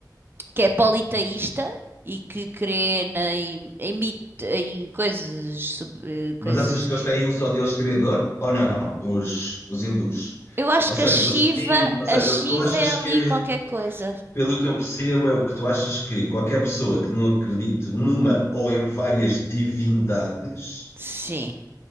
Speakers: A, on the right (about 30°); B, on the left (about 35°).
A: que é politeísta e que crê na, em, em mito- em coisas, sobre- coisas.
B: Mas achas que eles têm um só Deus criador? Ou não? Os, os hindus.
A: Eu acho
B: Ou
A: que
B: seja,
A: a Shiva,
B: eles têm, ou seja,
A: a Shiva
B: o que tu achas
A: é ali
B: que,
A: qualquer coisa.
B: pelo que eu percebo, é o que tu achas que qualquer pessoa que não acredite numa ou em várias divindades
A: Sim.